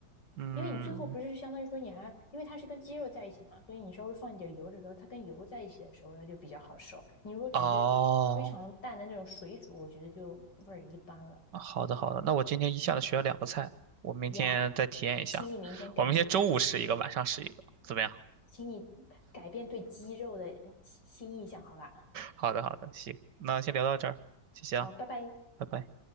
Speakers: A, on the right; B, on the left.
A: 嗯，
B: 因为你最后不是相当于说你还，因为它是跟鸡肉在一起嘛，所以你稍微放一点油的时候，它跟油在一起的时候，它就比较好熟。你如果只是非常淡的那种水煮，
A: 哦，
B: 我觉得就味儿一般了
A: 好的好的，那我今天一下子学了两个菜，我明天再体验一下。
B: 呀。Yeah，请你明天感觉一下，
A: 我明天中午试一个，晚上试一个，怎么样？
B: 请你改变对肌肉的新印象，好吧？
A: 好的好的，行，那先聊到这儿，谢谢啊，
B: 好，拜拜。
A: 拜拜。